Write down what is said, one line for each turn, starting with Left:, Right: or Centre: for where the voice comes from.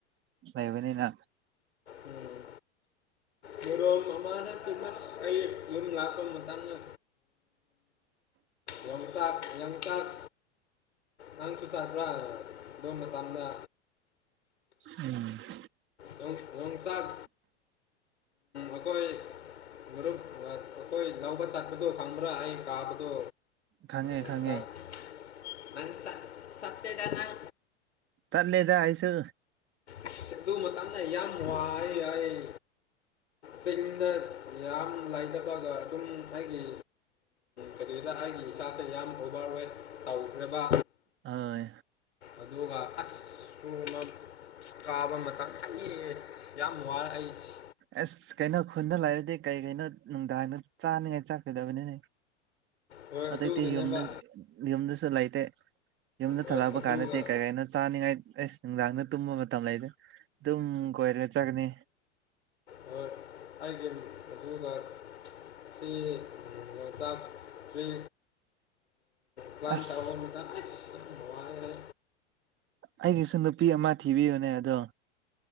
Right: ꯂꯩꯕꯅꯤꯅ
Left: ꯎꯝ ꯃꯣꯔꯣꯝ ꯑꯃꯅ ꯐꯤꯃꯁ ꯑꯩ ꯌꯨꯝ ꯂꯥꯛꯄ ꯃꯇꯝꯗ ꯌꯆꯥ ꯌꯆꯥꯥꯛ ꯌꯥꯝꯪꯁꯨ ꯆ꯭ꯔ ꯑꯗꯨ ꯃꯇꯝꯗ
Right: ꯎꯝ
Left: ꯂꯣꯏ ꯂꯣꯏꯆꯥꯛ ꯑꯈꯣꯏ ꯃꯔꯨꯞꯒ ꯍꯣꯏ ꯂꯧꯕ ꯆꯠꯄꯗꯣ ꯈꯪꯕ꯭ꯔꯥ ꯑꯩ ꯀꯥꯕꯗꯣ
Right: ꯈꯪꯉꯦ
Left: <unintelligible>
Right: ꯈꯪꯉꯦ
Left: ꯅꯪ ꯆꯠ ꯆꯠꯇꯦꯗ ꯅꯪ
Right: ꯇꯜꯂꯦꯗ ꯍꯥꯏꯁꯨ
Left: ꯑꯁ ꯑꯗꯨ ꯃꯇꯝꯅ ꯌꯥꯝ ꯋꯥꯏ ꯍꯥꯏ ꯆꯤꯡꯗ ꯌꯥꯝ ꯂꯥꯏꯗꯕꯒ ꯑꯗꯨꯝ ꯑꯩꯒꯤ ꯀꯔꯤꯗ ꯑꯩꯒꯤ ꯏꯁꯥꯁꯦ ꯌꯥꯝ ꯑꯣꯚꯔꯋꯦꯠ ꯇꯧꯈ꯭ꯔꯦꯕ
Right: ꯑꯣꯏ
Left: ꯑꯗꯨꯒ ꯑꯛꯁ <unintelligible> ꯀꯥꯕ ꯃꯇꯝ ꯈꯪꯏ ꯑꯁ ꯌꯥꯝ ꯋꯥꯔꯛ ꯑꯩꯁ
Right: ꯑꯁ ꯀꯩꯅꯣ ꯈꯨꯟꯗ ꯂꯩꯔꯗꯤ ꯀꯩ ꯀꯩꯅꯣ ꯅꯨꯡꯗꯥꯡꯗ ꯆꯥꯅꯤꯉꯥꯏ ꯆꯥꯛꯀꯗꯕꯅꯤꯅꯦ
Left: ꯍꯣꯏ
Right: ꯑꯇꯩ
Left: ꯑꯗꯨꯒꯤꯅꯦꯕ
Right: ꯑꯇꯩ ꯌꯨꯝꯗꯗꯤ ꯌꯨꯝꯗꯁꯨ ꯂꯩꯇꯦ ꯌꯨꯝꯗ
Left: ꯍꯣꯏ
Right: ꯊꯣꯛꯂꯛꯄꯥ
Left: ꯑꯗꯨꯒ
Right: ꯀꯥꯟꯗꯗꯤ ꯀꯩ ꯀꯅꯣ ꯆꯥꯅꯤꯡꯉꯥꯏ ꯑꯦꯁ ꯅꯨꯡꯗꯥꯡꯗ ꯇꯨꯝꯕ ꯃꯇꯝ ꯂꯩꯗꯦ ꯑꯗꯨꯝ ꯀꯣꯏꯔꯒ ꯆꯒꯅꯤ
Left: ꯍꯣꯏ ꯑꯩꯒꯤ ꯑꯗꯨꯒ ꯁꯤ ꯂꯣꯛꯇꯥꯛ ꯇꯔꯤ ꯄ꯭ꯂꯥꯟ
Right: ꯑꯁ
Left: ꯇꯥꯥꯎ ꯇ ꯑꯩꯁ ꯋꯥꯅꯤꯍꯦ
Right: ꯑꯩꯒꯤꯁꯨ ꯅꯨꯄꯤ ꯑꯃ ꯊꯤꯕꯤꯌꯨꯅꯦ ꯑꯗꯣ